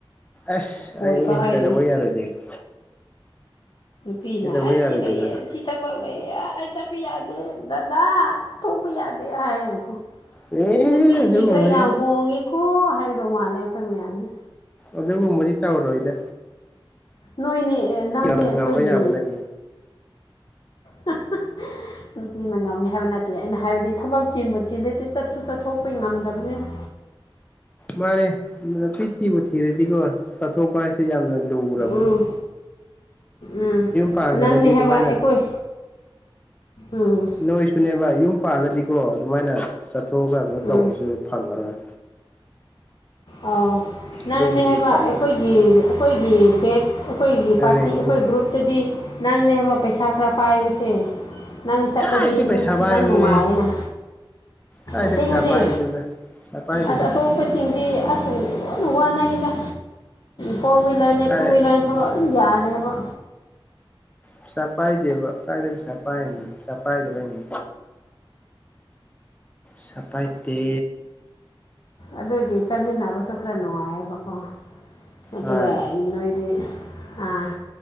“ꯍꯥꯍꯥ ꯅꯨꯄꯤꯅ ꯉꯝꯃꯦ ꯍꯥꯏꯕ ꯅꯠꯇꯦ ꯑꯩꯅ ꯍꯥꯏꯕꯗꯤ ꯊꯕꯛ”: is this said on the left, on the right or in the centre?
Left